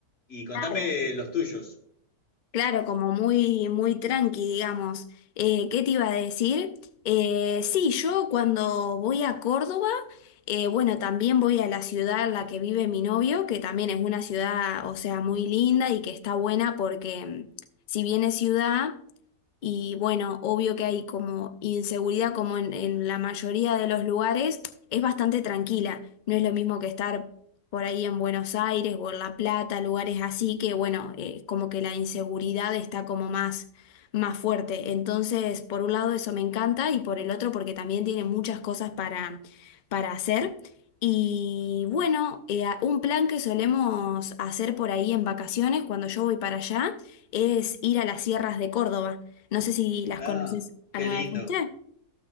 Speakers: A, on the left; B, on the left.
A: Y contame
B: Claro.
A: los tuyos.
B: Claro, como muy, muy tranqui, digamos. Eh, ¿qué te iba a decir? Eh, sí, yo cuando voy a Córdoba, eh, bueno, también voy a la ciudad en la que vive mi novio, que también es una ciudad, o sea, muy linda y que está buena porque mm, si bien es ciudad. Y bueno, obvio que hay como inseguridad, como en, en la mayoría de los lugares, es bastante tranquila. No es lo mismo que estar por ahí en Buenos Aires o en La Plata, lugares así que, bueno, eh, como que la inseguridad está como más, más fuerte. Entonces, por un lado eso me encanta y por el otro porque también tiene muchas cosas para, para hacer. Y bueno, eh, un plan que solemos hacer por ahí en vacaciones cuando yo voy para allá es ir a las sierras de Córdoba. No sé si las
A: Ah,
B: conoces alguna
A: qué lindo.
B: vez usted.